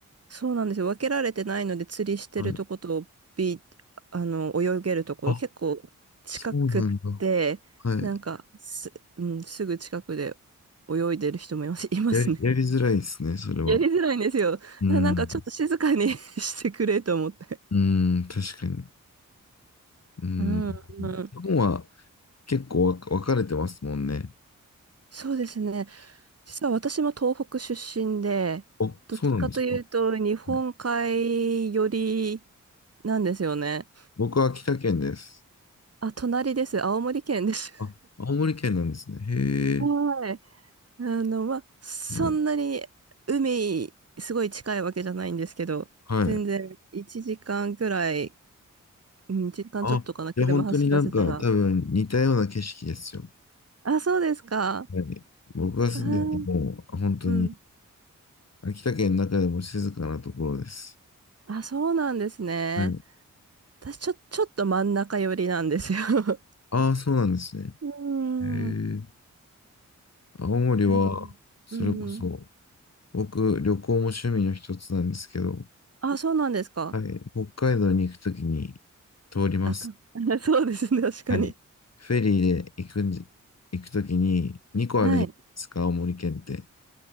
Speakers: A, on the right; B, on the left.
A: そうなんですよ。分けられてないので、釣りしてるとこと、
B: はい。
A: ビー、あの、泳げるところ、
B: あ、
A: 結構近くって、
B: そうなんだ。はい。
A: なんかす、うん、すぐ近くで泳いでる人もいます、<laughs> いますね。
B: やり、やりづらいですね、それは。
A: やりづらいんですよ。
B: うん。
A: ななんかちょっと静かに <laughs> してくれと思って。
B: うん、確かに。うん。
A: うん、
B: 日本は
A: うん。
B: 結構わ分かれてますもんね。
A: そうですね。実は私も東北出身で、
B: お、
A: どっちかというと日本海寄り
B: そうなんですか。はい
A: なんですよね。
B: 僕は秋田県です。
A: あ、隣です。青森県です。
B: あ、青森県なんですね。へえ。
A: <laughs> はい。あの、まあ、そんなに海、
B: はい。
A: すごい近いわけじゃないんですけど、
B: はい。
A: 全然1時間くらい、うん1時間ちょっとかな、
B: あ、
A: 車走らせたら。
B: じゃあ本当になんか多分似たような景色ですよ。
A: あ、そうですか。
B: はい。僕が住んでるのも本当に
A: あー、うん。
B: 秋田県の中でも静かなところです。
A: あ、そうなんですね。
B: はい。
A: 私、ちょ、ちょっと真ん中寄りなんですよ。<laughs>
B: ああ、そうなんですね。
A: うーん。
B: へえ。青森は、
A: なので、
B: それこそ、
A: うん。
B: 僕、旅行も趣味の一つなんですけど、
A: あ、そうなんですか。
B: はい。北海道に行くときに通ります。
A: あと、<laughs> そうですね、確かに。
B: はい。フェリーで行くんじ、行くときに2個あるじゃないですか、
A: はい。
B: 青森県って。